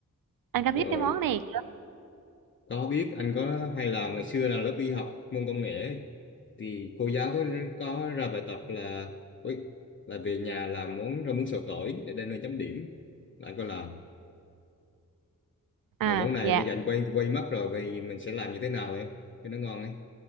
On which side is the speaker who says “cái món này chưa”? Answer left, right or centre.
Right